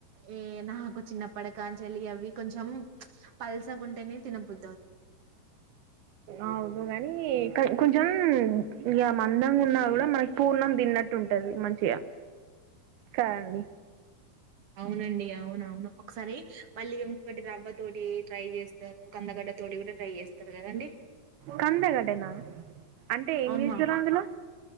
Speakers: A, on the right; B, on the right.
A: ఏ నాకు చిన్నప్పటి కాంచెలి అవి కొంచెం పల్సగుంటేనే తినబుద్ది
B: అవును కానీ కొంచం ఇగా అందంగా ఉన్నా కూడా మనకి పూర్ణం తిన్నట్టు ఉంటది మంచిగా కదండి
A: అవునండి అవునవును ఒకసారి మళ్ళీ ఇంకోకటి రవ్వ తోటి ట్రై చేస్త కందగడ్డ తోటి కూడా ట్రై చేస్తారు కదండి
B: కందగడ్డనా అంటే ఏం
A: అవును
B: చేస్తారు
A: మా
B: అందులో